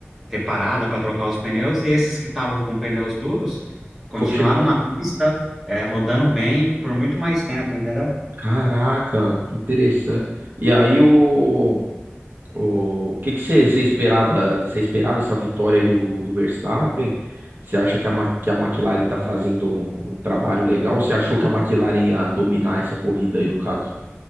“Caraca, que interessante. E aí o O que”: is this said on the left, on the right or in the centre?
Right